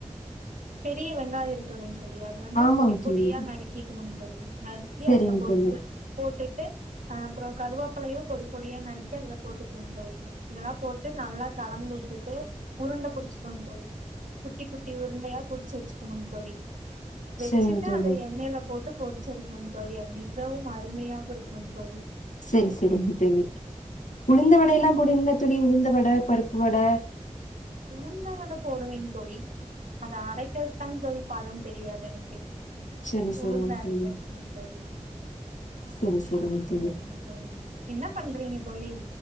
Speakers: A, on the right; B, on the left.
A: பெரிய வெங்காய இருக்குல்லிங் தோழி அது வந்து
B: ஆமாங்க
A: பொடி பொடியா
B: தோழி
A: நறுக்கிக்கணுங் தோழி நறுக்கி
B: சரிங்க
A: அதுல போட்டு
B: தோழி
A: ட்டு அ அப்றொ கருவாப்பலையு பொடி பொடியா நறுக்கி அதுல போட்டுக்கொங் தோழி இதெல்லா போட்டு நல்லா கலந்து வி ட்டுட்டு உருண்ட புடுச்சுக்கோங் தோழி குட்டி குட்டி உருண்டையா புடுச்சு வெச்சுக்கணுங் தோழி வெச்சுட்டு
B: சரிங்க தோழி
A: அத எண்ணெய்ல போட்டு பொறிச்சு எடுக்னுங் தோழி அ மிகவும் அ உண்மையாவு இருக்கணு தோழி
B: செரி செரிங்க தோழி உளுந்த வடையெல்லா போடுவீங்களா தோழி உளுந்த வட பருப்பு வட
A: உளுந்த வட போடுவேங் தோழி அத அரைக்கிறதுக்குதாங்க தோழி பதம் தெரியாது எனக்கு.
B: சரி சரிங்க
A: உளுந்து அரைக்கறக்குங்க
B: தோழி
A: தோழி
B: சரி சரிங்க தோழி
A: ஆமாங்க தோழி என்ன பண்றீங்க தோழி